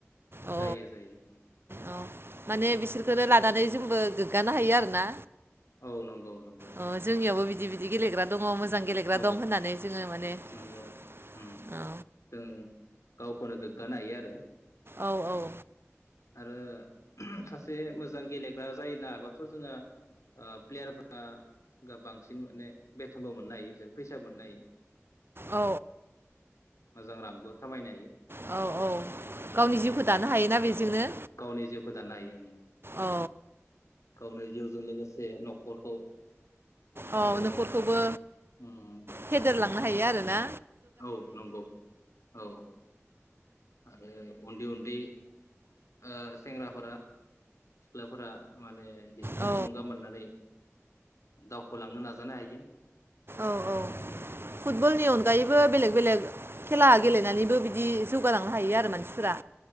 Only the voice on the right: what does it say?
अ
अ। माने बिसोरखौनो लानानै जोंबो गोग्गानो हायो आरोना।
अ जोंनियावबो बिद बिदि बिदि गेलेग्रा दं। दङ मोजां गेलेग्रा
दं होननानै जोङो माने औ
औ औ
औ
औ औ गावनि जिउखौ
दानो
हायोना बेजोंनो।
औ
औ
न'खरखौबो
फेदेरलां लांनो हायो आरो ना।
औ
औ औ फुटबलनि अनगायै बो बेलेग बेलेग खेला गेलेनानैबो बिदि जौगालांनो हायो आरो मानसिफोरा।